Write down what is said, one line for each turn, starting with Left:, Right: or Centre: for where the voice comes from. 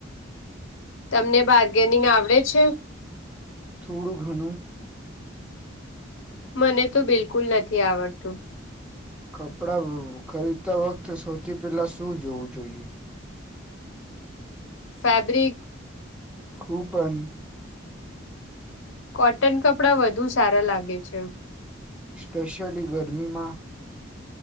Left: તમને બાર્ગેનિંગ આવડે છે
Centre: થોડું ઘણું
Left: મને તો બિલકુલ નથી આવડતું
Centre: કપડાં ખરીદતા વખતે સૌથી પહેલા શું જોવું જોઈએ
Left: ફેબ્રિક
Centre: કુપન
Left: કોટન કપડાં વધુ સારા લાગે છે
Centre: સ્પેશિયલી ગરમીમાં